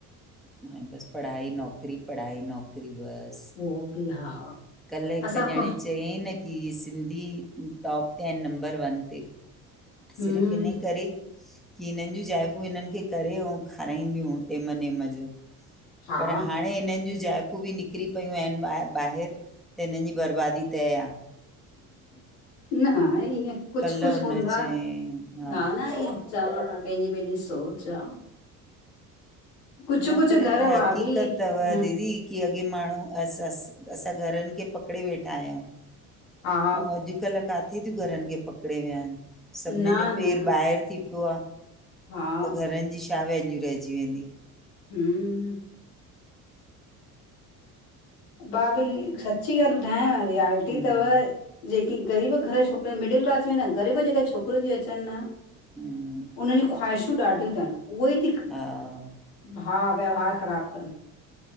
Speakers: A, in the centre; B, on the left.
A: हाणे बसि पढ़ाई नौकरी, पढ़ाई नौकिरी बसि।
B: वो बि हा
A: कल्ह हिकु
B: असां
A: ॼणे
B: खो
A: चयई न की, हे सिंधी टॉप ते आहिनि नंम्बर वन ते।
B: हम्म
A: सिर्फ़ु इने करे, की हिनिन जी ज़ाइफ़ूं हिननि खे करे अऊं खाराईंदियूं हूं। ते मने मज़ो,
B: हा
A: पर हाण हाणे हिनन जूं जाइफ़ू बि निकिरी पयूं आहिन ॿाहिर ॿाहिरि त हिननि जी बर्बादी तए आ।
B: न इएं कुझु
A: कल्ह
B: कुझु
A: हुन
B: हूंदा,
A: चयईं
B: हा न ईय चवंदा पंहिंजी पंहिंजी सोच आ। कुझु
A: न
B: कुझु
A: पर
B: घर
A: अ
B: भाभी
A: हक़ीक़त तव
B: हम्म,
A: दीदी। की अॻे माण्हू असां अस असां घरनि खे पकिड़े वेठा आहहियूं,
B: हा
A: अऊं अॼु अॼुकल्ह काथे तियूं घरनि खे पकिड़े विहनि, सभिनीनि
B: न
A: जो
B: न
A: पैर ॿाहिरि थी पियो आ।
B: हा
A: त घरनि जी छा वैल्यू रहिजी वेंदी।
B: हूं भाभी सची ॻाल्ह ॿुधायांव रिआल्टी
A: हम्म
B: तव। ॼेके ग़रीब घर जी छोकिरियूं मिडिल क्लास में न गरीब ॼेका छोकिरियूं तियूं अचन न
A: हम्म
B: उननि जी खवााइशूं ॾाढी तनि, उहे ई ती
A: हा
B: हा व्यवहार ख़राब करनि,